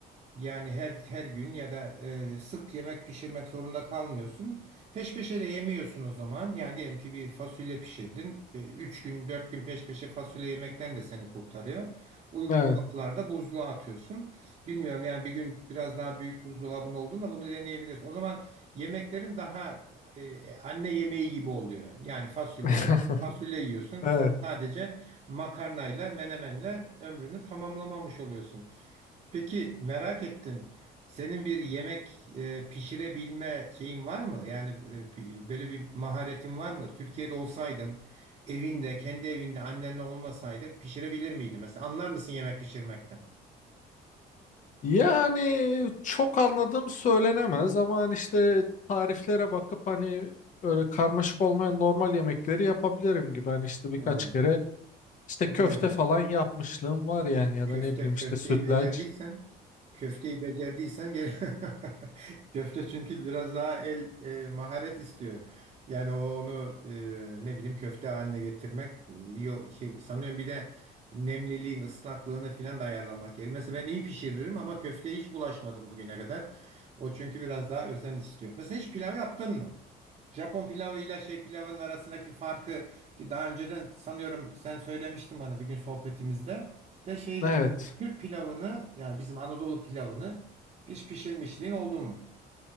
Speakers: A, on the right; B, on the left.
A: Yani her her gün ya da e, sık yemek pişirmek zorunda kalmıyorsun. Peş peşe de yemiyorsun o zaman. Yani diyelim ki bir fasulye pişirdin. E, Üç gün, dört gün peş peşe fasulye yemekten de seni kurtarıyor. Uygun
B: Evet.
A: kaplarda buzluğa atıyorsun. Bilmiyorum yani bir gün biraz daha büyük buzdolabın olduğunda bunu deneyebilirsin. O zaman yemeklerin daha e, anne yemeği gibi oluyor. Yani fasulye,
B: <laughs>
A: fasulye yiyorsun.
B: Evet.
A: Sa- Sadece makarnayla, menemenle ömrünü tamamlamamış oluyorsun. Peki merak ettim. Senin bir yemek e, pişirebilme şeyin var mı? Yani e, pi- böyle bir maharetin var mı? Türkiye'de olsaydın, evinde, kendi evinde annenle olmasaydı pişirebilir miydin? Mesela anlar mısın yemek pişirmekten?
B: Yani çok anladığım söylenemez ama hani işte tariflere bakıp hani öyle karmaşık olmayan normal yemekleri yapabilirim gibi. Hani işte
A: Hmm.
B: birkaç kere işte köfte
A: Anladın.
B: falan yapmışlığım var yani ya
A: Köfte
B: da ne bileyim
A: köfteyi
B: işte sütlaç.
A: becerdiysen köfteyi becerdiysen gene <laughs> köfte çünkü biraz daha el e, maharet istiyor. Yani o onu e, ne bileyim köfte haline getirmek yo, şey sanıyorum bir de nemliliğin ıslaklığını filan da ayarlamak gerekiyor. Mesela ben iyi pişiririm ama köfteye hiç bulaşmadım bugüne kadar. O çünkü biraz daha özen istiyor. Mesela hiç pilav yaptın mı? Japon pilavıyla şey pilavın arasındaki farkı ki daha önceden sanıyorum sen söylemiştin bana bir gün sohbetimizde de şey e,
B: Evet.
A: Türk pilavını yani bizim Anadolu pilavını hiç pişirmişliğin oldu mu?